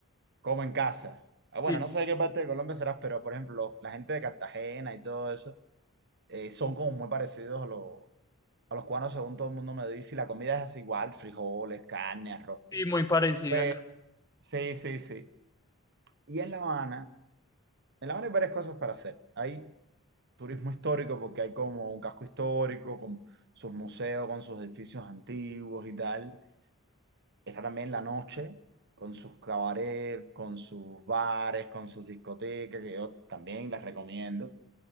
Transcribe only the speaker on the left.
Sí,
sí, muy parecida.
a la-